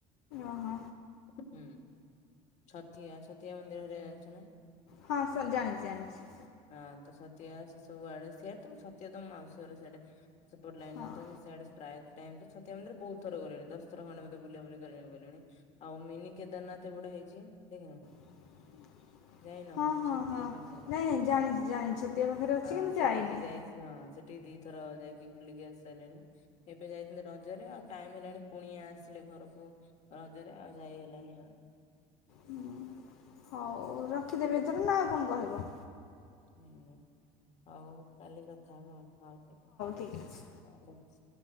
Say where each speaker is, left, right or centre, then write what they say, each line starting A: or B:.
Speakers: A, on the left; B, on the left.
A: ଅହ।
B: ଉଁ ଉଁ ହୁଁ ହୁଁ ଛତିଆ ଛତିଆ ମନ୍ଦିର ହରେଆ ଜାଣିଛ ନା?
A: ହଁ ସ ଜାଣିଛି ଜାଣିଛି।
B: ହଁ ତ ସତିଆ ସେ ସବୁ ଆଡ଼େ ସେ ତ ଛତିଆ ତମ ମାଉସି ପରେ ସେଇଟା ସେପଟ ଲାଇନ୍
A: ହଁ
B: ତ ମୁଁ ସାଇଡେ ପ୍ରାୟତ୍ ଟାଇମ ମନ୍ଦିରେ ବୋହୁତ ଥର ଗଲେଣି ଦଶଥର ଖଣ୍ଡେ ବୋଧେ ବୁଲା ବୁଲି ଗଲେଣି। ଆଉ ମିନି କେଦାରନାଥ ଏପଟେ ହେଇଛି ଦେଖିନ?
A: <inaudible>
B: ଯାଇନ
A: ହଁ ହଁ
B: ଛତିଆ
A: ହଁ
B: ପାଖରେ।
A: ନାଇଁଁ ନାଇଁ
B: ହଁ
A: ଜାଣିଚି ଜାଣିଚି ଛତିଆ ପାଖରେ ଅଛି
B: ହଁ
A: କିନ୍ତୁ
B: ସେଠିକି
A: ଯାଇନି।
B: <unintelligible> ହଁ ସେଠି ଦିଥର ଯାଇକି ବୁଲିକି ଆସି ସାରିଲଣି। ଏବେ ଯାଇଥିଲି ରଜରେ ଆଉ ଟାଇମ ହେଲାଣି କୁଣିଆ ଆସିଲେ ଘରକୁ। ରଜ ରେ ଆଉ ଯାଇ ହେଲାନି ଆଉ।
A: ହୁଁ ହଉ ରଖିଦେବି ଏଥର ନା ଆଉ କଣ କହିବ?
B: ହୁ ହଉ କାଲି କଥା ହବ ହଉ ଠିକ
A: ଠିକ୍ ଅଛି।
B: ହଉ ରଖୁଚି।